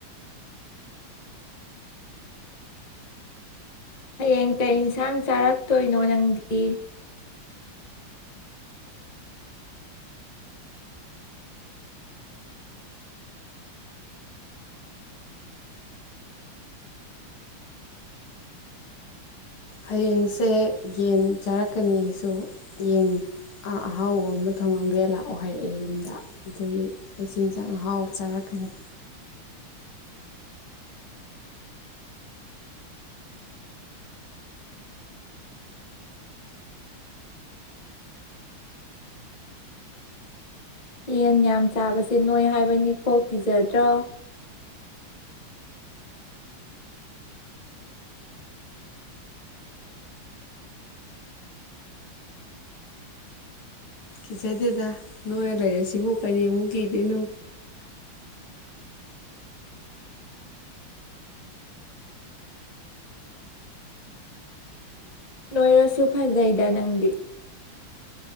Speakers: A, on the left (about 25°); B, on the left (about 80°).
A: ꯍꯌꯦꯡ ꯀ ꯏꯟꯁꯥꯡ ꯆꯥꯔꯛꯇꯣꯏꯅꯣ ꯅꯪꯗꯤ
B: ꯍꯌꯦꯡꯁꯦ ꯌꯦꯟ ꯆꯥꯔꯛꯀꯅꯤ ꯑꯩꯁꯨ ꯌꯦꯟ ꯑꯥ ꯑꯍꯥꯎꯕ ꯑꯃ ꯊꯣꯡꯉꯝꯒꯦ ꯂꯥꯛꯑꯣ ꯍꯥꯏꯔꯛꯑꯦ ꯌꯨꯝꯗ ꯑꯗꯒꯤ ꯑꯩꯆꯤꯟꯖꯥꯛꯍꯥꯎꯕ ꯆꯥꯔꯛꯀꯅꯤ꯫
A: ꯌꯦꯟ ꯌꯥꯝ ꯆꯥꯕꯁꯦ ꯅꯣꯏ ꯍꯥꯏꯕꯅꯤ ꯈꯣꯛ ꯀꯤꯖꯗ꯭ꯔꯣ
B: ꯀꯤꯆꯗꯦꯗ ꯅꯣꯏ ꯂꯩꯔꯁꯤꯕꯨ ꯀꯔꯤ ꯑꯃꯨꯛ ꯀꯤꯗꯣꯏꯅꯣ
A: ꯅꯣꯏꯔꯁꯨ ꯐꯖꯩꯗ ꯅꯪꯗꯤ꯫